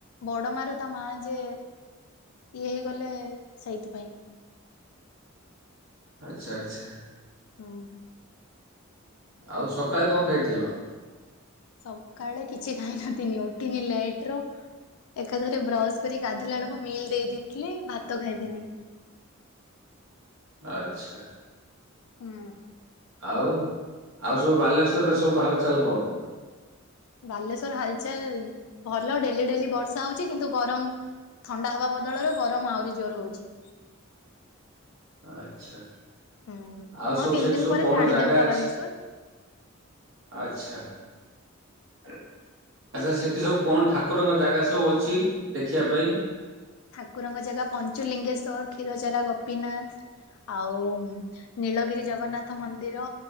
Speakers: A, on the left (about 80°); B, on the right (about 65°).
A: ବଡ ମାର ତା ମା ଯେ ଇଏ ହେଇଗଲେ ସେଇଥିପାଇଁ
B: ଆଛା ଆଛା।
A: ହଁ।
B: ଆଉ ସକାଳେ କଣ ଖାଇଥିଲ?
A: ସକାଳେ କିଛି ଖାଇନଥିନି ଉଠିନି ଲେଟ ର ଏକାଥରେ ବ୍ରଶ କରି ଗାଧୋଇଲା ବେଳକୁ ମିଲ୍ ଦେଇଦଥିଲି ଭାତ ଖାଇଥିନି
B: ଆଛା।
A: ହଁ।
B: ଆଉ ଆଉ ସବୁ ବାଲେଶ୍ଵରରେ ସବୁ ହାଲଚାଲ କଣ?
A: ବାଲେଶ୍ଵର ହାଲଚାଲ ଭଲ ଡେଲି ଡେଲି ବର୍ଷା ହଉଚଛି କିନ୍ତୁ ଗରମ ଥଣ୍ଡା ହବା ବଦଳରେ ଗରମ ଆହୁରି ଜୋର ହଉଛି।
B: ଆଚ୍ଛା।
A: ହୁଁ
B: ଆଉ
A: ମୁଁ
B: ସବୁ
A: ତିନି
B: ସେଠି
A: ଦିନ
B: ସବୁ
A: ପରେ
B: କଣ
A: ଛାଡିଦେମି
B: ଜାଗା
A: ବା
B: ଅଛି
A: ବାଲେଶ୍ଵର।
B: ଆଛା। ଆଚ୍ଛା ସେଠି ସବୁ କଣ ଠାକୁରଙ୍କ ଜାଗା ସବୁ ଅଛି ଦେଖିବା ପାଇଁ।
A: ଠାକୁରଙ୍କ ଜାଗା ପଞ୍ଚୁଲିଙ୍ଗେଶ୍ୱର କ୍ଷୀରଚାରା ଗୋପୀନାଥ ଆଉ ନୀଳଗିରି ଜଗନ୍ନାଥ ମନ୍ଦିର